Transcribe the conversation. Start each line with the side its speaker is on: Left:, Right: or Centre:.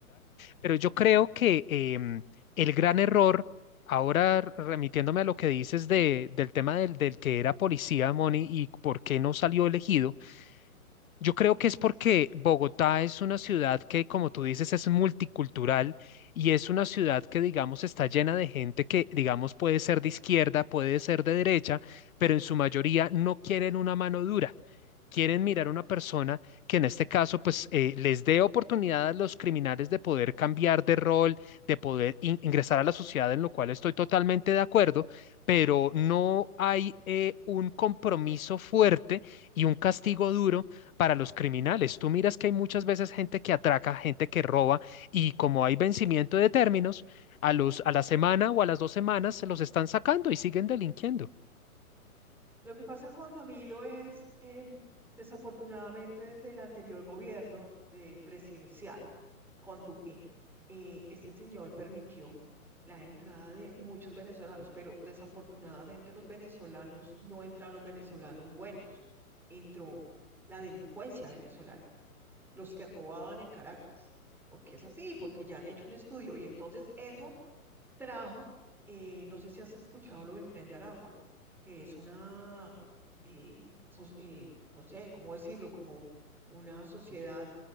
Left: pero yo creo que em, el gran error, ahora remitiéndome a lo que dices de, del tema del, del que era policía, Moni, y por qué no salió elegido, yo creo que es
Centre: Así
Left: porque
Centre: es.
Left: Bogotá es una ciudad que, como tú dices, es multicultural y es una ciudad que, digamos, está llena de gente que, digamos, puede ser de izquierda, puede ser de derecha, pero en su mayoría no quieren una mano dura. Quieren mirar a una persona que en este caso, pues, eh, les dé oportunidad a los criminales de poder cambiar de rol, de poder in- ingresar a la sociedad, en lo cual estoy totalmente de acuerdo, pero no hay eh, un compromiso fuerte y un castigo duro para los criminales. Tú miras que hay muchas veces gente que atraca, gente que roba, y como hay vencimiento de términos, a los, a la semana o a las dos semanas se los están sacando y siguen delinquiendo.
Centre: Lo que pasa, Juan Camilo, es em, desafortunadamente desde el anterior gobierno de presidencial con Duque, eh, este señor permitió la entrada de muchos venezolanos, pero desafortunadamente los venezolanos no entraron venezolanos buenos, entró la delincuencia venezolana. los que robaban en Caracas, porque es así, porque ya han hecho un estudio y entonces eso trajo, eh, no sé si has escuchado lo del tren de Aragua, que es una, eh, so- eh, no sé cómo decirlo, como una sociedad